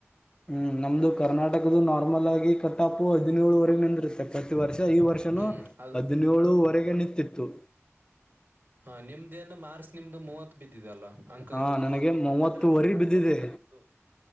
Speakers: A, on the left; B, on the right.
A: ಹ್ಮ್ ನಮ್ದು ಕರ್ನಾಟಕದ ನಾರ್ಮಲ್ ಆಗಿ ಕಟಾಪು ಹದಿನೇಳುವರೆಗಂದಿರುತ್ತೆ ಪ್ರತಿ ವರ್ಷ ಈ ವಷ್
B: ಹ್ಮ್ ಅದು
A: ಹದಿನೇಳುವರೆಗೆ ನಿಂತಿತ್ತು
B: ಹ ನಿಮ್ದೇಏನ್ ಮಾರ್ಚ್ ನಿಮ್ದು ಮೂವತ್ ಬಿದ್ದಿದೆಲ್ಲಾ ಅಂಕಗಳು
A: ಹಾ
B: ಮೂವತ್ತು
A: ನನಗೆ
B: ಬಿದ್ದಿದೆ
A: ಮೂವತ್ತುವರಿ
B: ಅಂದ್ರೆ ನಿಮಗ್
A: ಬಿದ್ದಿದೆ
B: ಹೋಗ್ಬೇಕಾಗಿತ್ತು